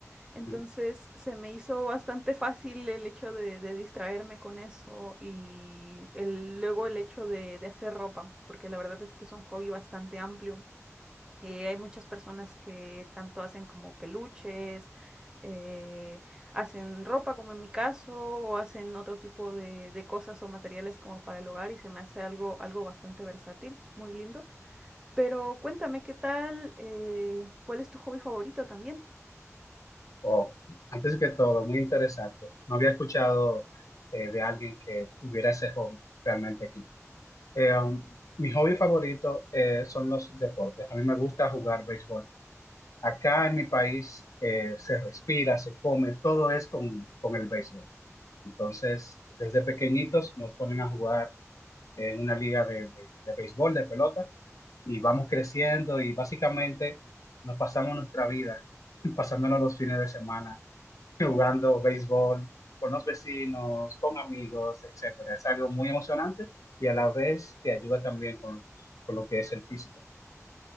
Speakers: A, on the right; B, on the left.
A: Entonces
B: Mm.
A: se me hizo bastante fácil el hecho de, de distraerme con eso y el- luego el hecho de, de hacer ropa, porque la verdad es que es un hobby bastante amplio. Eh, hay muchas personas que tanto hacen como peluches, eh, hacen ropa como en mi caso, o hacen otro tipo de, de cosas o materiales como para el hogar y se me hace algo, algo bastante versátil, muy lindo. Pero cuéntame qué tal, eh, ¿cuál es tu hobby favorito también?
B: Oh, antes que todo, muy interesante. No había escuchado eh, de alguien que tuviera ese hobby realmente aquí. Eh, um, mi hobby favorito eh, son los deportes. A mí me gusta jugar béisbol. Acá en mi país eh, se respira, se come, todo es con, con el béisbol. Entonces, desde pequeñitos nos ponen a jugar en una liga de de- de béisbol, de pelota y vamos creciendo y básicamente nos pasamos nuestra vida <laughs> pasándonos los fines de semana jugando béisbol con los vecinos, con amigos, etcétera. Es algo muy emocionante y a la vez te ayuda también con, con lo que es el físico.